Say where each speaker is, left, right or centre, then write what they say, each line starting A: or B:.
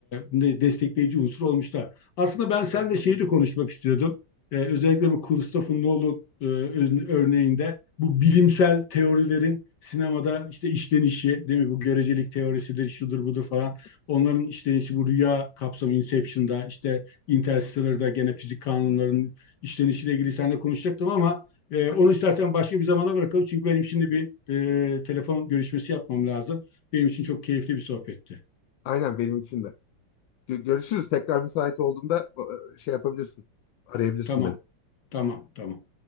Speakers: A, on the left; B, on the left.
A: destekleyici unsur olmuşlar. Aslında ben seninle
B: Aynen
A: şeyi
B: öyle.
A: de konuşmak istiyordum. E, özellikle bu Christopher Nolan e, örneğinde bu bilimsel teorilerin sinemada işte işlenişi, değil mi? Bu görecelik teorisidir, şudur budur falan. Onların işlenişi bu rüya kapsamı Inception'da, işte Interstellar'da gene fizik kanunlarının işlenişiyle ilgili seninle konuşacaktım ama ee, onu istersen başka bir zamana bırakalım. Çünkü benim şimdi bir e, telefon görüşmesi yapmam lazım. Benim için çok keyifli bir sohbetti.
B: Aynen benim için de. Gö- Görüşürüz. Tekrar müsait olduğunda e, şey yapabilirsin. Arayabilirsin
A: Tamam,
B: beni.
A: tamam, tamam.